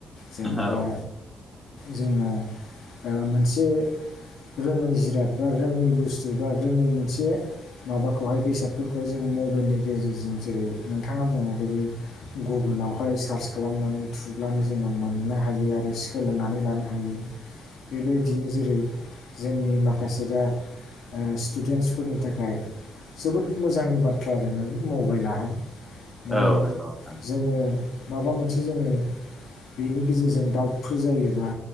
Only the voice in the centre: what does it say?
औ
औ
औ नंगौ नोंथां